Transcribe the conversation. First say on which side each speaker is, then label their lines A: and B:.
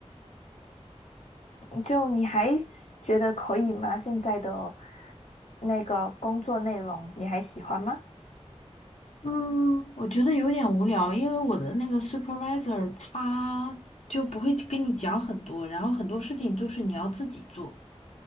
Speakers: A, on the left; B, on the left.
A: 嗯就你还是觉得可以吗？现在的那个工作内容你还喜欢吗？
B: 嗯，我觉得有点无聊，因为我的那个 supervisor 他就不会跟你讲很多，然后很多事情就是你要自己做。